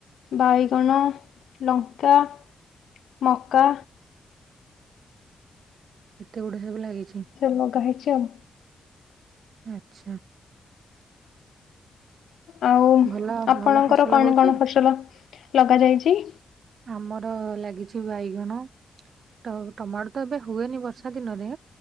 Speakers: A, on the left; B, on the right.
A: ବାଇଗଣ, ଲଙ୍କା ମକା।
B: ଏତେ ଗୁଡେ ସବୁ ଲାଗିଛି।
A: ନଗା ହେଇଚି ଆଉ।
B: ଆଚ୍ଛା।
A: ଆଉ,
B: ଭଲ
A: ଆପଣଙ୍କର
B: ଭଲ ଫସଲ
A: କଣ
B: ହଉଛି?
A: କଣ ଫସଲ ଲଗାଯାଇଛି?
B: ଆମର ଲାଗିଛି ବାଇଗଣ ତ, ଟମାଟୋ ତ ଏବେ ହୁଏନି ବର୍ଷା ଦିନରେ।